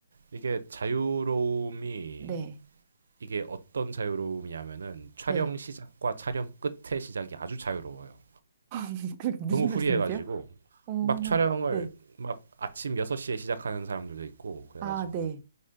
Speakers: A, on the right (about 85°); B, on the right (about 25°).
A: 이게 자유로움이
B: 네.
A: 이게 어떤 자유로움이냐면은 촬영
B: 네.
A: 시작과 촬영 끝의 시작이 아주 자유로워요.
B: <laughs> 그게 무슨
A: 너무 후리해가지고
B: 말씀이세요? 어,
A: 막 촬영을
B: 네.
A: 막 아침 6시에 시작하는 사람들도 있고 그래가지고
B: 아, 네.